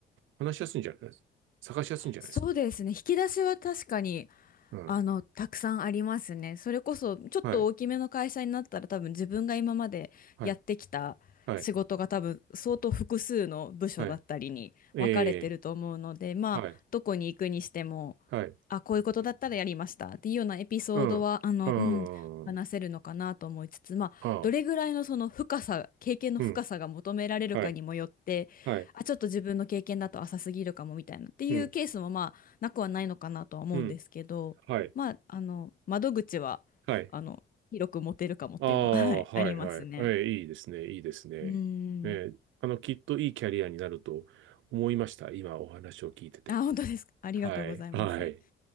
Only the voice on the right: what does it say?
話しやすいんじゃないですか。探しやすいんじゃないですか。
うん。
はい。はい。はい。はい。ええ
はい、
はい、
うん、
うん、
ああ、
うん、はい、はい、
うん、
うん、はい、
はい、
ああ、
はい、
はい、ええいいですね、いいですね。
ええあの、
きっといいキャリアになると思いました、今お話を聞いてて。
はい、はい、